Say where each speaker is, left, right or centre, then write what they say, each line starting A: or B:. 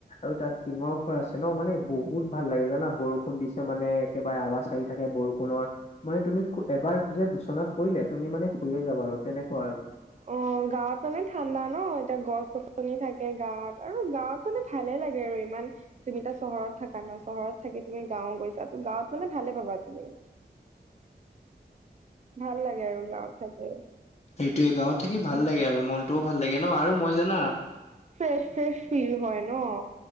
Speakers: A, on the left; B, on the right.
A: আৰু তাত টিঙৰ ঘৰ আছে ন মানে বহুত ভাল লাগে জানা বৰষুণ দিছে মানে একেবাৰে আৱাজ আহি থাকে বৰষুণৰ মানে তুমি এবাৰ যে দুচনাত পৰিলে তুমি মানে শুয়ে যাবা আৰু তেনেকুৱা আৰু।
B: অ', গাঁৱত মানে ঠাণ্ডা ন এতিয়া গছ- গছনি থাকে গাঁৱত আৰু গাঁৱত মানে ভালে লাগে আৰু ইমান। তুমি তা চহৰত থাকা ন চহৰত থাকি তুমি গাঁও গৈছা ত গাঁৱত মানে ভালে পাবা তুমি ভাল লাগে আৰু গাঁৱত থাকে।
A: সেইটোৱে গাঁৱত থাকি ভাল লাগে আৰু মনটোও ভাল লাগে ন আৰু মই জানা
B: ফ্ৰেচ, ফ্ৰেচ ফিল হয় ন।